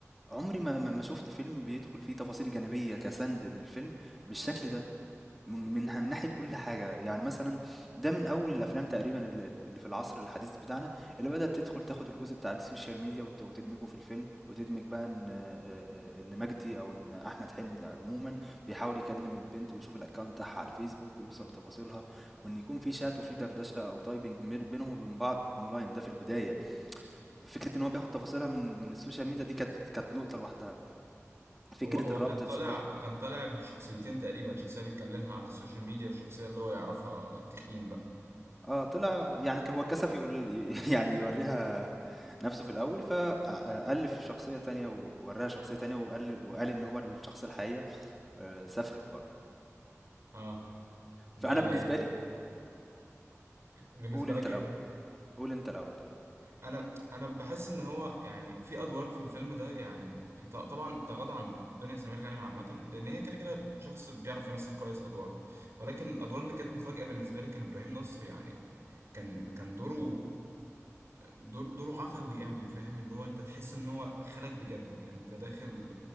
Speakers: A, in the centre; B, on the right.
A: عمري ما ما ما شفت فيلم بيدخل فيه تفاصيل جانبية كسند للفيلم بالشكل ده من من من ناحية كل حاجة يعني مثلا ده من أول الأفلام تقريبا ال- ال- اللي في العصر الحديث بتاعنا اللي بدأت تدخل تاخد الجزء بتاع السوشيال ميديا وت- وتدمجه في الفيلم وتدمج بقى إن آه، آه، إن مجدي أو إن أحمد حلمي عموما بيحاول يكلم البنت ويشوف الأكونت بتاعها على الفيسبوك ويوصل لتفاصيلها وإن يكون في شات وفي دردشة أو تايبنج مير- بينهم وبين بعض أونلاين ده في البداية فكرة إن هو بياخد تفاصيلها من من السوشيال ميديا دي كانت كانت نقطة لوحدها فكرة
B: هو هو
A: الربط
B: كان طالع
A: الثقافي
B: كان طالع بشخصيتين تقريبا شخصية بيتكلمها على السوشيال ميديا والشخصية اللي هو يعرفها التخين بقى
A: آه، طلع يعني ك هو اتكسف يقول <laughs> يعني يورّيها نَفْسه في الأول، ف أ ألِّف شخصية تانية ووراّها شخصية تانية وقال وقال إن هو الشخصية الحقيقية آآ سافرت برّه.
B: اه ده
A: فأنا بالنسبة
B: يعني
A: لي
B: بالنسبة
A: قُل أنت
B: لك
A: الأول، قُل أنت الأول طيب.
B: انا انا بحس ان هو يعني في ادوار في الفيلم ده يعني ط- طبعا تغاضى عن دنيا سمير غانم عامه لان هي كده كده شخص بيعرف يمثل كويس ادواره ولكن الادوار اللي كانت مفاجاه بالنسبه لي كان ابراهيم نصر يعني كان كان دوره دور دوره عفوي قوي فاهم اللي هو انت تحس ان هو خالك بجد انت داخل